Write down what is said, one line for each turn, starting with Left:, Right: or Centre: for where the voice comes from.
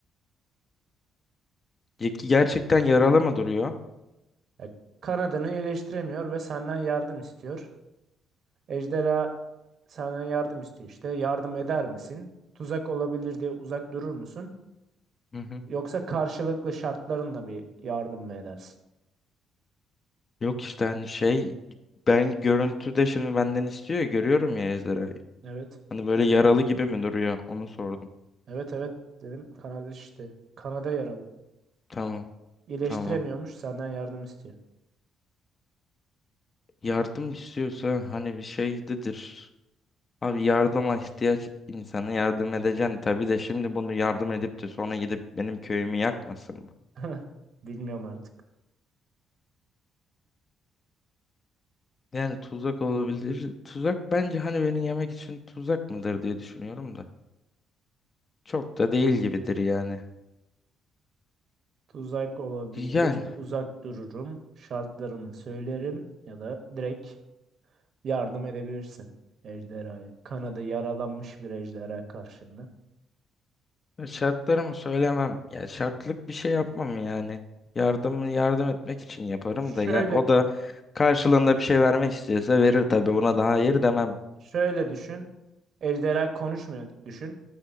Left: Ya ki gerçekten yaralı mı duruyor?
Right: Ya, Kanadını eleştiremiyor ve senden yardım istiyor. Ejderha senden yardım istiyor işte. Yardım eder misin? Tuzak olabilir diye uzak durur musun?
Left: Hı hı.
Right: Yoksa karşılıklı şartlarınla bir yardım mı edersin?
Left: Yok işte hani şey ben görüntüde şimdi benden istiyor ya görüyorum ya ejderhayı.
Right: Evet.
Left: Hani böyle yaralı gibi mi duruyor? Onu sordum.
Right: Evet evet dedim. Kanada işte. Kanada yaralı.
Left: Tamam.
Right: İyileştiremiyormuş
Left: Tamam.
Right: senden yardım istiyor.
Left: Yardım istiyorsa hani bir şeydedir. Abi yardıma ihtiyaç insana yardım edeceksin tabii de şimdi bunu yardım edip de sonra gidip benim köyümü yakmasın mı?
Right: <laughs> Bilmiyorum artık.
Left: Yani tuzak olabilir. Tuzak bence hani beni yemek için tuzak mıdır diye düşünüyorum da. Çok da değil gibidir yani.
Right: Tuzak olabilir.
Left: Yani
Right: Uzak dururum. Şartlarımı söylerim ya da direkt yardım edebilirsin ejderhaya. Kanadı yaralanmış bir ejderha karşında.
Left: e, şartlarımı söylemem. Ya şartlık bir şey yapmam yani. Yardımı yardım etmek için yaparım
Right: Şöyle
Left: da ya o da karşılığında bir şey vermek istiyorsa verir tabii. Ona daha hayır demem.
Right: şöyle düşün. Ejderha konuşmuyor düşün.